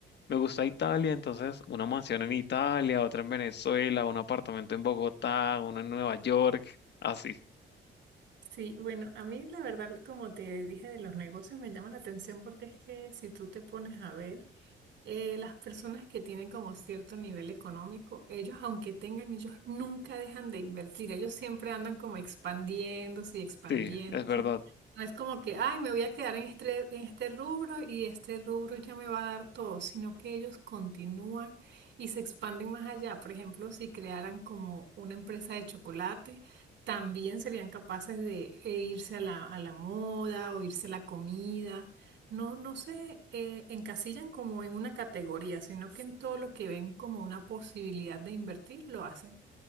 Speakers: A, on the left; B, on the right.
A: me gusta Italia, entonces una mansión en Italia, otra en Venezuela, un apartamento en Bogotá, uno en Nueva York, así.
B: Sí, bueno, a mí la verdad, como te dije de los negocios, me llama la atención porque es que si tú te pones a ver, eh, las personas que tienen como cierto nivel económico, ellos aunque tengan, ellos nunca dejan de invertir, ellos siempre andan como expandiéndose y expandiéndose.
A: Sí, es verdad.
B: No es como que, ay, me voy a quedar en este, en este rubro y este rubro ya me va a dar todo, sino que ellos continúan y se expanden más allá. Por ejemplo, si crearan como una empresa de chocolate, también serían capaces de eh, irse a la, a la moda o irse a la comida no, no se eh, encasillan como en una categoría, sino que en todo lo que ven como una posibilidad de invertir, lo hacen.